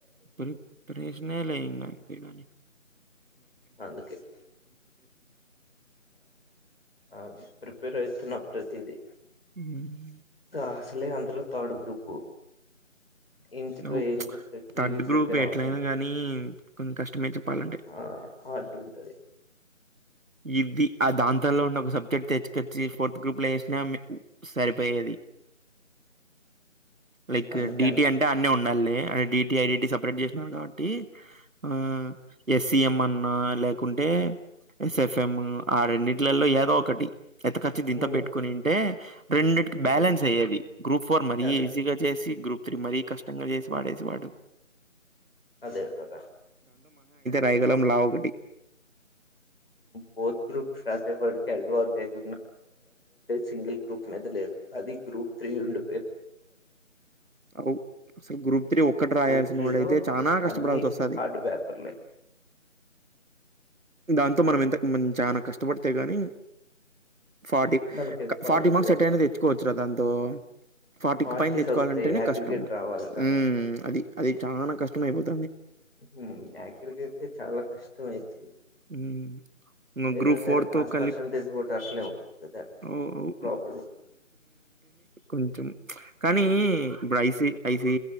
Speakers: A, on the right (about 80°); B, on the left (about 45°).
A: ప్రీ ప్రిపరేషనే లే ఇంగా అంతే గాని.
B: అందుకే ఆ ప్రిపేర్ అయితున్న ప్రతీది.
A: ఉమ్.
B: దా అసలే అంత్. Third group. ఇంచుకో
A: నువ్
B: ఇంచు ప్రతివి
A: థర్డ్
B: ప్రిపేర్
A: గ్రూప్ ఎట్లయినా
B: అవుతున్నా
A: గానీ, కొంచం కష్టమే చెప్పాలంటే.
B: ఆ హార్డ్ ఉంటది
A: ఇది ఆ దాంతంలో ఉన్న ఒక సబ్జెక్ట్ తెచ్. తెచ్చి ఫోర్త్ గ్రూప్ లో ఏసినామ్ మేం. సరిపోయేది. లైక్
B: అందుకే
A: డిటి
B: అంటున్నా
A: అంటే అన్ని ఉండాల్నే. అరే D T, I D T separate చేసినారు కాబట్టి. ఆ ఎస్. ఇయ్యామన్న లేకుంటే. ఎస్ ఎఫ్ ఎం ఆ రెండిట్లో లో ఏదో ఒకటి. ఎంతఖచ్చి దీంతో
B: ఉమ్,
A: బేట్టుకొని ఉంటే. అ రెండింటికి
B: ఉమ్,
A: బ్యాలెన్స్ అయ్యేవి. గ్రూప్ ఫోర్ మరీ
B: అదే
A: ఈజీగా జేసి, గ్రూప్ త్రీ మరీ కష్టంగా జేసి. వాడేసివాడు.
B: అదే గాదా.
A: రైగలాం లా ఒకటి.
B: Fourth group <unintelligible> advantage single group మీద లేదు. అది గ్రూప్ త్రీ ఉండ్.
A: అవ్ అసలు గ్రూప్ త్రీ ఒక్కటి రాయాల్సిన
B: గ్రూప్ త్రీ
A: వాడైతే
B: లో
A: చానా కష్టపడాల్సి
B: అన్ని
A: ఓస్తాది.
B: హార్డ్ పేపర్లే
A: దాన్ తో మనం ఎంతక్ మన్ చానా కష్టపడితే గాని. ఫార్టీ,
B: మనకి కావాల్సిన
A: ఫార్టీ మార్క్స్ ఎట్టయినా తెచ్చుకోవచ్చు గా దాన్. తోమ్ ఫార్టీకి
B: ఫార్టీస్
A: పైన తెచ్చుకోవాలంటేనే
B: వస్తాయి అగ్రిగేట్
A: కష్టము
B: రావాలిగా
A: ఉమ్ అది అది చానా కష్టం మైబుద్
B: ఉమ్ యాంకర్ గా అయితే చాలా కష్టం అవుతుంది
A: హ్మ్. ఇంగ
B: ఏదనా
A: గ్రూప్
B: సరే పాస్
A: కలిపి
B: పర్సెంటేజ్ కూడా అట్లే ఉంటుంది దా
A: అవు. అవు.
B: ప్రాబ్లం
A: ఉమ్ కానీ ఇప్పుడు ఐసి ఐసి